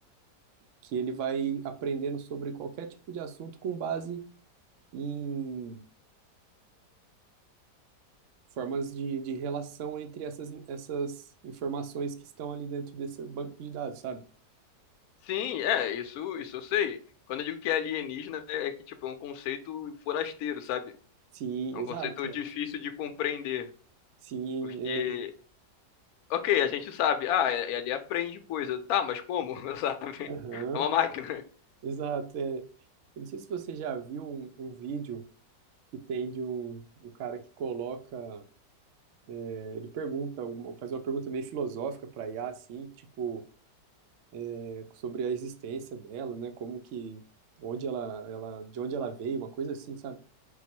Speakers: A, on the right; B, on the left.
A: que ele vai aprendendo sobre qualquer tipo de assunto com base em formas de, de relação entre essas, in- essas informações que estão ali dentro desse banco de dados, sabe?
B: sim, é, isso, isso eu sei. Quando eu digo que é alienígena, é é que, tipo, é um conceito forasteiro, sabe?
A: Sim,
B: É
A: exato,
B: um conceito
A: é.
B: difícil de compreender,
A: Sim,
B: porque,
A: é.
B: ok, a gente sabe, ah, é- ele aprende coisa, tá, mas como, <laughs> sabe?
A: Aham,
B: É uma máquina.
A: exato, é. Eu não sei se você já viu um, um vídeo que tem de um, um cara que coloca, é, ele pergunta, alguma- faz uma pergunta meio filosófica para IA, assim, tipo, é, sobre a existência dela, né? Como que, onde ela, ela, de onde ela veio, uma coisa assim, sabe?